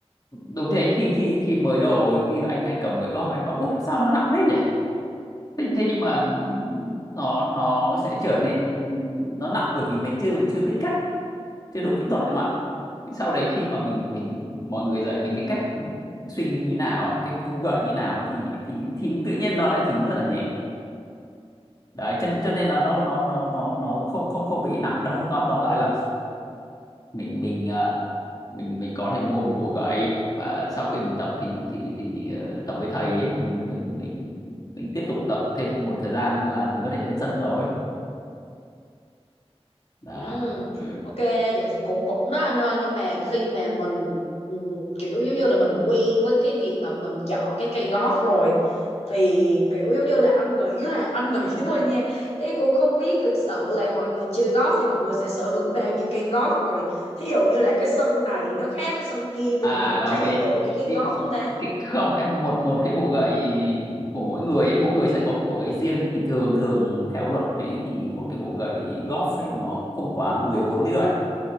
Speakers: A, on the left; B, on the left.
A: đúng thế khi khi khi mới đầu khi anh anh cầm gậy golf anh bảo ôi sao nó nặng thế nhỉ thế, thế nhưng mà nó nó sẽ trở nên nó nặng bởi vì mình chưa chưa biết cách chưa đúng kỹ thuật em ạ sau đấy khi mà mình mình mọi người dạy mình cái cách swing như nào ấy, cách vung gậy như nào ấy, thì thì thì tự nhiên nó lại thỉnh rất là nhẹ đấy cho, cho nên là nó nó nó nó nó không không không bị nặng đâu tóm, tóm lại là mình mình ờ, mình mình có thể mua một bộ gậy và sau khi mình tập thì thì thì ờ, tập với thầy ấy, mình mình mình mình tiếp tục tập thêm một thời gian là mình có thể lên sân rồi đó
B: Ừ,
A: Ừ.
B: ok vậy thì cũng cũng đó anh thôi nhưng mà khi mà mình ừ, kiểu giống như là mình quen với cái việc mà mình chọn cái cây golf rồi thì kiểu giống như là anh nghĩ là anh nghĩ <laughs> thôi nha ý cũng không biết thực sự là mọi người chơi golf thì mọi người sẽ sở hữu bao nhiêu cây golf rồi thí dụ như là cái sân này nó khác cái sân kia
A: à
B: thì mình có thay
A: ok
B: đổi cái cây
A: cái
B: golf không ta
A: cái không em một một cái bộ gậy của mỗi người ấy mỗi người sẽ có một bộ gậy riêng thì thường thường theo luật đấy thì một cái bộ gậy golf ấy nó không quá 14 cái gậy